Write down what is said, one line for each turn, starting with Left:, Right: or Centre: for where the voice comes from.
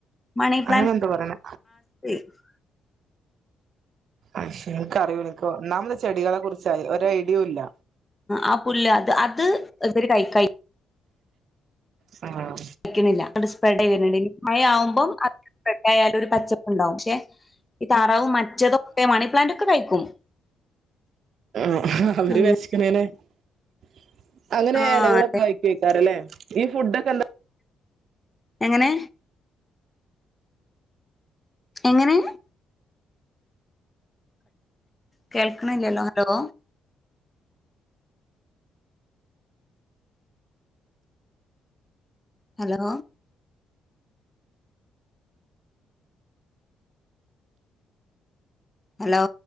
Left: മണിപ്ലാന്റ്സ്
Right: അങ്ങനെ എന്തോ പറയണെ
Left: <unintelligible>
Right: പക്ഷെ എനക്ക് അറിയോ എനിക്കോ നാമ്മുടെ ചെടികളെ കുറിച്ചായി ഒ ഐഡിയവും ഇല്ല.
Left: ആ പുല്ല് അത് അത് ഇവര് കൈ
Right: ആ
Left: കില്ല സ്പ്രഡ മഴ ആവുമ്പോ അ സ്പ ആയാലും ഒരു പച്ചപ്പ് ഉണ്ടാവും പക്ഷെ ഈ താറാവും മ ച്ചതൊക്കെ മണി പ്ലാന്റ് ഒക്കെ കഴിക്കും.
Right: ആ അവര്
Left: അങ്ങ
Right: വെശക്കണേനെ <inaudible> അങ്ങനെ
Left: ആഹ്
Right: ഇലകളൊക്കെ കയ്‌ക്കും അയ്ക്കാരല്ലേ? ഈ ഫുഡൊക്കെ എന്താ?
Left: എങ്ങനെ? എങ്ങനെ? കേൾക്കണില്ലല്ലോ ഹലോ. ഹലോ. ഹലോ.